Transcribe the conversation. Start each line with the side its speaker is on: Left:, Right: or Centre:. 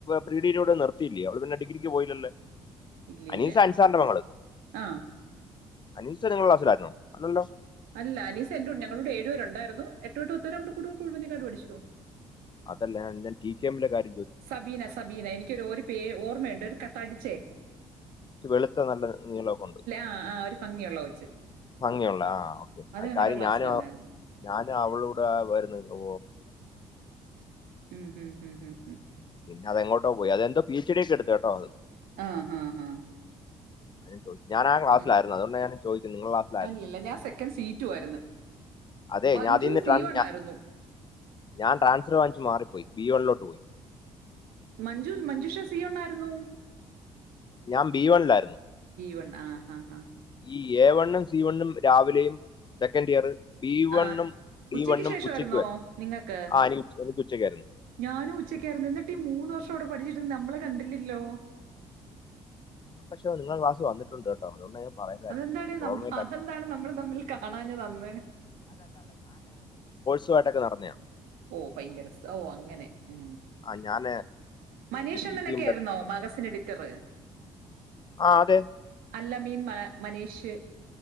Left: പ്രീ ഡിഗ്രിയോട് നിർത്തിയില്ലേ അവള് പിന്നെ ഡിഗ്രിക്ക് പോയില്ലല്ലേ
Right: ഇല്ലില്ല
Left: അനീസ അൻസാറിന്റെ പെങ്ങള്
Right: ആ
Left: അനീസ നിങ്ങളെ ക്ലാസിലായിരുന്നൊ അല്ലല്ലോ
Right: അല്ല അനീസ എൻ്റെകു ഞങ്ങളു ടെ ഏഴ് വരെണ്ടായിരുന്നു എട്ട്തൊട്ട് പത്തുവരെ <unintelligible> പഠിച്ചു
Left: അതല്ലഞാൻ ടീക്കെഎംലെ കാരൃ
Right: സബീന സബീന എനിക്കൊരു ഒരു പേര് ഓർമ്മയുണ്ട് ഒരു തടി ചെ
Left: ച്ച് വെളുത്ത നല്ല നീളക്കൊണ്ട്
Right: ആ ആ ഒരു ഭംഗിയുള്ള കൊച്ച്
Left: ഭംഗിയുള്ള ആ ഓക്കെ
Right: അത്
Left: അ
Right: ഞങ്ങളുടെ
Left: കാര്യം
Right: ക്ലാസ്സിലല്ലായിരുന്നു
Left: ഞാനും ഞാനും അവളുടെ വരുന്ന ഓ
Right: ഉം, ഉം, ഉം, ഉം, ഉം.
Left: പിന്നെ അതെങ്ങോട്ടോപോയി അതെന്തോ പീസ് ടിക്കറ്റ് എടുത്തുട്ടോ അത്
Right: ആ ഹാ ഹാ
Left: അത് ഞാൻ ചോ ഞാഞാ ക്ലാസിലായിരുന്നു
Right: ഉം.
Left: അതൊണ്ട ഞാന് ചോയ്ക്ക്ന്നു നിങ്ങളെ ക്ലാസ്സിലായിരുന്നോന്
Right: അല്ലല്ല ഞാൻ സെക്കൻഡ് സി ടു ആയിരുന്നു
Left: അതെ
Right: മഞ്ജു
Left: ഞാ തീന്
Right: സി
Left: ട്രാൻസ്
Right: വൺ
Left: ഞാ
Right: ആയിരുന്നു
Left: ഞാൻ ട്രാൻസർ വാങ്ങിച്ച് മാറിപ്പോയി ബിയോലൊ പോയി
Right: മഞ്ജു മഞ്ജുഷ സീവണ്ണായിരുന്നു
Left: ഞാൻ ബി വൺലായിരുന്നു
Right: വൺ ആ ഹാ ഹാ
Left: ഈ എ വണ്ണും സി വണ്ണും രാവിലെയും സെക്കൻഡ് ഇയർ ബി വണ്ണും
Right: ആ
Left: ഡി
Right: ഉച്ചയ്ക്ക്
Left: വണ്ണും
Right: ശേഷമായിരുന്നോ
Left: ഉച്ചയ്ക്ക് വരുന്നു
Right: നിങ്ങൾക്ക്
Left: ആ എനിക്ക് ഉച്ച- എനിക്ക് ഉച്ചയ്ക്കായിരുന്നു
Right: ഞാനും ഉച്ചക്കായിരുന്നു എന്നിട്ട് ഈ മൂന്ന് വർഷം കൂടെ പഠിച്ചിട്ട നമ്മള കണ്ടില്ലല്ലോ
Left: ആ പക്ഷേ നിങ്ങളെ ക്ലാസ്സിൽ വന്നിട്ടുണ്ട് കേട്ടോ അതുകൊണ്ട് ഞാൻ പറയാൻ കാര്യം
Right: അതെന്താണ്
Left: ഓർമ്മയില്ല
Right: അതെന്താണ് നമ്മൾ തമ്മിൽ കാണാഞ്ഞതന്ന്
Left: ട്ടൊക്കെ നടന്നതാ
Right: ഓ ഭയങ്കര സൊ അങ്ങനെ ഉ
Left: ആ ഞാൻ
Right: മനീഷ്
Left: ഡിസ്ട്രിക്ട്
Right: അണ്ണനൊക്കെ
Left: ടീമിലൊക്കെ
Right: ആയിരുന്നോ മാഗസിൻ എഡിറ്ററ്
Left: ആ അതെ
Right: അല്ലമീൻ മ മനീഷ്